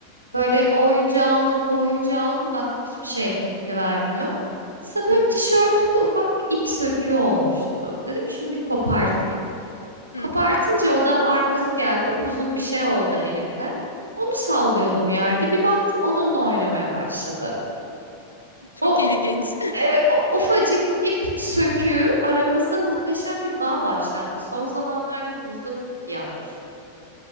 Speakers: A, on the right; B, on the left.
A: Böyle o oyuncağı aldım, bu oyuncağı aldım. Baktım hiçbir şeye tepki vermiyor. Sonra böyle
B: Hı hı.
A: tişörtümde ufak bir ip söküğü olmuştu. Dedim ki şunu bir kopartayım.
B: Hı
A: Kopartınca
B: hı.
A: o da arkası geldi. Upuzun bir şey oldu elimde. Onu sallıyordum
B: Ay,
A: yerde. Bir baktım onunla oynamaya başladı.
B: çok
A: O,
B: ilginç. <laughs>
A: e, o ufacık ip söküğü aramızda muhteşem bir bağ başlattı. Son zamanlarda buzda çok iyi anlaşıyoruz.